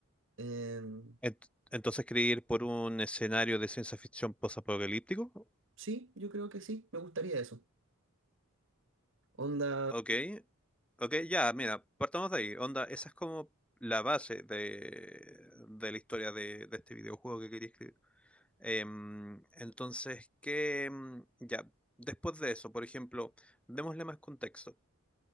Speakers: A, on the right; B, in the centre.
A: Em,
B: Ent- Entonces, ¿queréis ir por un escenario de ciencia ficción post-apocalíptico
A: sí, yo creo que sí, me gustaría eso. Onda,
B: Ok, ok, ya, mira, partamos de ahí. Onda, esa es como la base de, de la historia de, de este videojuego que quería escribir. Em, entonces, que ya, después de eso, por ejemplo, démosle más contexto.